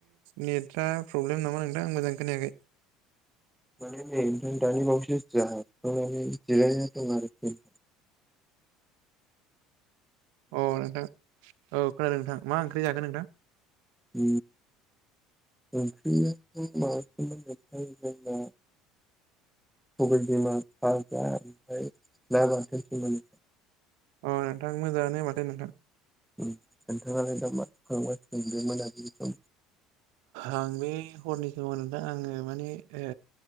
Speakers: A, on the right (about 75°); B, in the centre.
A: नेटफ्रा प्रब्लेम नामा नोंथां आं मोजां खोनायाखै
B: माने नै दानि बावैसो जाखांनानै जिरायना दं आरोखि
A: अ नोंथां औ खोनादों नोंथां मा ओंख्रि जागोन नोंथां?
B: उ ओंख्रिया माबासोमोन जोंना सबाय बिमा फजा ओमफ्राय ना बाथोन सोमोन।
A: अ नोंथां मोजाङानो माथो नोंथां
B: नोंथांङालाय दा माथो खालामगासिगोन बे मोनाबिलि सम?
A: आं बे हरनि समाव नोंथां आङो माने ओ